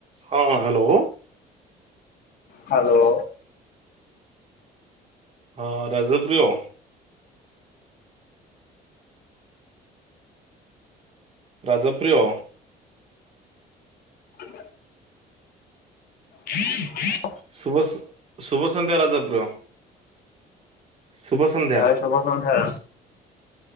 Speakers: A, on the right; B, on the left.
A: ହଁ hello.
B: Hello.
A: ହଁ ରାଜପ୍ରିୟ। ରାଜପ୍ରିୟ।
B: <inaudible> ହୁଁ ହଁ
A: ଶୁଭ ଶୁଭସନ୍ଧ୍ୟା ରାଜପ୍ରିୟ। ଶୁଭ ସନ୍ଧ୍ୟା
B: ଭାଇ ଶୁଭ ସନ୍ଧ୍ୟା।